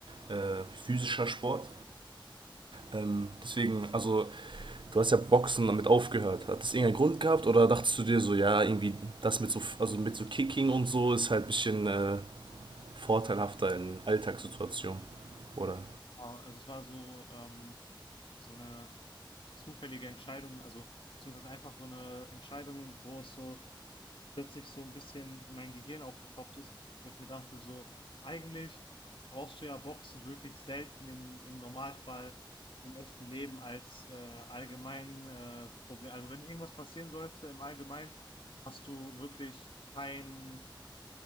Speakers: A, on the right; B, on the left.
A: äh, physischer Sport. Ähm, deswegen, also Du hast ja Boxen damit aufgehört. Hat das irgendeinen Grund gehabt oder dachtest du dir so, ja, irgendwie das mit so, also mit so Kicking und so ist halt ein bisschen äh, vorteilhafter in Alltagssituationen? Oder?
B: Ja, also es war so, ähm, so eine zufällige Entscheidung, also beziehungsweise einfach so eine Entscheidung, wo es so plötzlich so ein bisschen in mein Gehirn aufgepoppt ist, wo ich mir dachte so: „Eigentlich brauchst du ja Boxen wirklich selten im im Normalfall im echten Leben als, äh, allgemein, äh, Proble also, wenn irgendwas passieren sollte im Allgemeinen, hast du wirklich kein